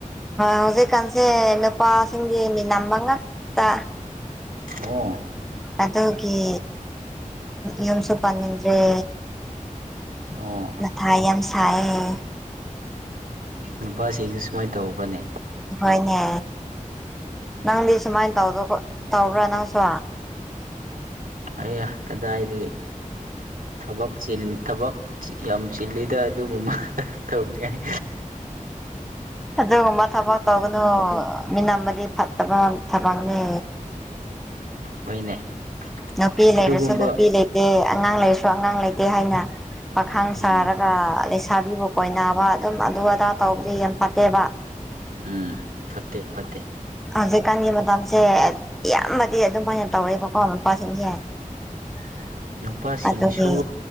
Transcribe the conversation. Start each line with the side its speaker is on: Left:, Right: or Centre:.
Centre: ꯍꯧꯖꯤꯛꯀꯥꯟꯁꯦ ꯅꯨꯄꯥꯁꯤꯡꯒꯤ ꯃꯤ ꯅꯝꯕ ꯉꯥꯛꯇ
Right: ꯑꯣ
Centre: ꯑꯗꯨꯒꯤ ꯌꯨꯝ ꯁꯨ ꯄꯟꯅꯤꯡꯗꯔ꯭ꯦ
Right: ꯑꯣ
Centre: ꯃꯊꯥꯏ ꯌꯥꯝ ꯁꯥꯏꯌꯦ
Right: ꯅꯨꯄꯥꯁꯤꯡꯁꯨ ꯁꯨꯃꯥꯏꯅ ꯇꯧꯕꯔꯥꯅꯦ
Centre: ꯍꯣꯏꯅꯦ ꯅꯪꯗꯤ ꯁꯨꯃꯥꯏꯅ ꯇꯧꯗ ꯇꯧꯕ꯭ꯔꯥ ꯅꯪꯁꯨ
Right: ꯑꯩ ꯀꯗꯥꯏꯗꯒꯤ ꯊꯕꯛ ꯊꯕꯛ ꯌꯥꯝ ꯆꯤꯜꯂꯤꯗ ꯑꯗꯨꯒꯨꯝꯕ ꯇꯧꯅꯤꯉꯥꯏ
Centre: ꯑꯗꯨꯒꯨꯝꯕ ꯊꯕꯛ ꯇꯧꯒꯅꯨ ꯃꯤꯅꯝꯕꯗꯤ ꯐꯠꯇꯕ ꯊꯕꯛꯅꯦ
Right: ꯍꯣꯏꯅꯦ
Centre: ꯅꯨꯄꯤ
Right: ꯑꯗꯨꯒꯨꯝꯕ
Centre: ꯂꯩꯔꯁꯨ ꯅꯨꯄꯤ ꯂꯩꯇꯦ ꯑꯉꯥꯡ ꯂꯩꯔꯁꯨ ꯑꯉꯥꯡ ꯂꯩꯇꯦ ꯍꯥꯏꯅ ꯄꯥꯈꯥꯡ
Right: ꯎꯝ
Centre: ꯁꯥꯔꯒ ꯈ ꯂꯩꯁꯥꯕꯤꯕꯨ ꯀꯣꯏꯅꯕ ꯑꯗꯨꯝ ꯑꯗꯨ ꯑꯗꯥ ꯇꯧꯕꯗꯤ ꯌꯥꯝ ꯐꯠꯇꯦꯕ
Right: ꯎꯝ ꯐꯠꯇꯦ ꯐꯠꯇꯦ
Centre: ꯍꯧꯖꯤꯛꯀꯥꯟꯒꯤ ꯃꯇꯝꯁꯦ ꯏꯌꯥꯝꯕꯗꯤ ꯑꯗꯨꯝ ꯑꯣꯏꯅ ꯇꯧꯋꯦꯕꯀꯣ ꯃꯄꯥꯁꯤꯡꯁꯦ
Right: <inaudible> ꯅꯨꯄꯥꯁꯤꯡꯁꯨ
Centre: ꯑꯗꯨꯒꯤ